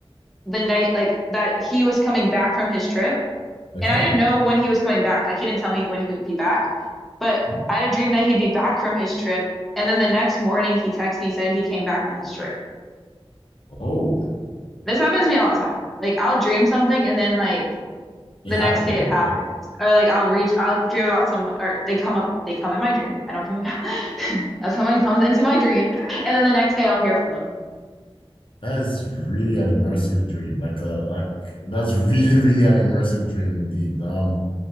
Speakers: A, in the centre; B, on the left.
A: the night like that he was coming back from his trip
B: Okay.
A: and I didn't know when he was coming back. Like he didn't tell me when he would be back, but
B: Yeah.
A: I had a dream that he'd be back from his trip and then the next morning he texted me said he came back from his trip.
B: Oh,
A: This happens to me all the time. Like I'll dream something and then like
B: it
A: the
B: happened.
A: next day it happens.
B: <laughs>
A: Or like I'll reach I'll dream about someone or they come up they come in my dream. I don't dream about <laughs> someone comes into my dream and then the next day I'll hear from them.
B: That is really an immersive dream. Like a, a that's really, <laughs> really an immersive dream indeed. Um,